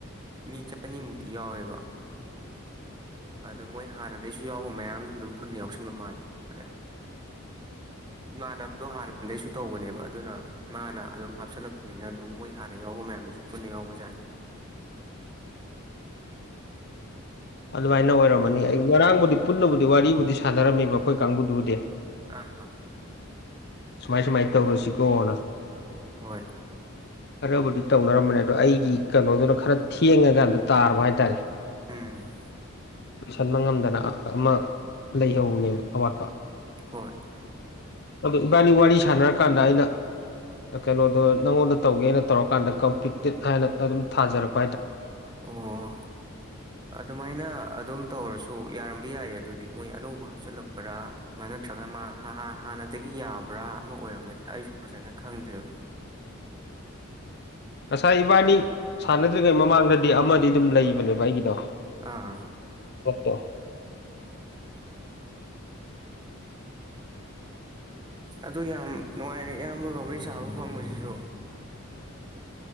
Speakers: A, on the right; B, on the left.
A: ꯃꯤ ꯆꯅꯤꯃꯨꯛꯇꯤ ꯌꯥꯎꯋꯦꯕ ꯑꯗ ꯃꯣꯏ ꯍꯥꯟꯅꯗꯩꯁꯨ ꯌꯥꯎꯕ ꯃꯌꯥꯝꯖꯨ ꯗꯨꯝ ꯐꯨꯟ ꯌꯥꯎꯁꯟꯕ ꯃꯥꯜꯂꯦ ꯑꯗ ꯏꯃꯥꯟꯅꯕꯗꯣ ꯍꯥꯟꯅꯗꯩꯁꯨ ꯇꯧꯕꯅꯦꯕ ꯑꯗꯨꯅ ꯃꯥꯅ ꯑꯗꯨꯝ ꯍꯥꯞꯆꯜꯂꯛꯄꯅꯤꯅ ꯗꯨꯝ ꯃꯣꯏ ꯍꯥꯟꯅ ꯌꯥꯎꯕ ꯃꯌꯥꯝꯗꯨꯁꯨ ꯄꯨꯟꯅ ꯌꯥꯎꯕꯖꯥꯠꯅꯦ
B: ꯑꯗꯨꯃꯥꯏꯅ ꯑꯣꯏꯔꯝꯃꯅꯤ ꯑꯩ ꯉꯔꯥꯡꯕꯨꯗꯤ ꯄꯨꯟꯅꯕꯨꯗꯤ ꯋꯥꯔꯤꯕꯨꯗꯤ ꯁꯥꯟꯅꯔꯝꯃꯦꯕ ꯑꯈꯣꯏ ꯀꯥꯡꯕꯨꯗꯨꯕꯨꯗꯤ
A: <unintelligible>
B: ꯁꯨꯃꯥꯏ ꯁꯨꯃꯥꯏ ꯇꯧꯔꯁꯤꯀꯣꯅ
A: ꯍꯣꯏ
B: ꯈꯔꯕꯨꯗꯤ ꯇꯧꯅꯔꯝꯕꯅꯦ ꯑꯗꯣ ꯑꯩꯒꯤ ꯀꯅꯣꯗꯨꯅ ꯈꯔ ꯊꯦꯡꯉꯀꯥꯟꯗ ꯇꯥꯔꯕ ꯍꯥꯏꯇꯥꯔꯦ
A: ꯎꯝ
B: ꯂꯣꯏꯁꯟꯕ ꯉꯝꯗꯅ ꯑꯃ ꯂꯩꯍꯧꯕꯅꯦꯕ ꯑꯋꯥꯠꯄ
A: ꯍꯣꯏ
B: ꯑꯗꯣ ꯏꯕꯥꯅꯤ ꯋꯥꯔꯤ ꯁꯥꯟꯅꯔꯀꯥꯟꯗ ꯑꯩꯅ ꯑꯥ ꯀꯩꯅꯣꯗꯣ ꯅꯪꯉꯣꯟꯗ ꯇꯧꯒꯦꯅ ꯇꯧꯔꯀꯥꯟꯗ ꯀꯝꯄꯤꯇꯤꯠ ꯍꯥꯏꯅ ꯑꯗꯨꯝ ꯊꯥꯖꯔꯛ
A: ꯑꯣ ꯑꯗꯨꯃꯥꯏꯅ ꯑꯗꯨꯝ ꯇꯧꯔꯁ ꯑꯣ ꯌꯥꯔꯝꯕ ꯌꯥꯏꯌꯦ ꯑꯗꯨꯗꯤ ꯃꯣꯏ ꯑꯅꯧꯕ ꯍꯥꯞꯆꯜꯂꯛꯄ꯭ꯔꯥ ꯑꯗꯨꯃꯥꯏꯅ ꯅꯠꯇ꯭ꯔꯒ ꯃꯥ ꯍꯥ ꯍꯥ ꯍꯥꯟꯅꯗꯒꯤ ꯌꯥ ꯕ꯭ꯔꯥ ꯑꯃ ꯑꯣꯏꯔꯝꯃꯅꯤ ꯑꯩꯁꯨ ꯐꯖꯅ ꯈꯪꯗ꯭ꯔꯦꯕ
B: ꯉꯁꯥꯏ ꯏꯕꯥꯅꯤ ꯁꯥꯟꯅꯗ꯭ꯔꯤꯉꯩ ꯃꯃꯥꯡ ꯑꯃꯗꯤ ꯑꯗꯨꯝ ꯂꯩꯕꯅꯦꯕ ꯑꯩꯒꯤꯗꯣ
A: ꯑꯥ
B: ꯄꯣꯠꯇꯣ <unintelligible>
A: ꯑꯗꯨ ꯌꯥꯝ ꯅꯨꯡꯉꯥꯏꯔꯦ ꯏꯌꯥꯝꯕꯒ ꯋꯥꯔꯤ ꯁꯥꯕ ꯐꯪꯕꯁꯤꯁꯨ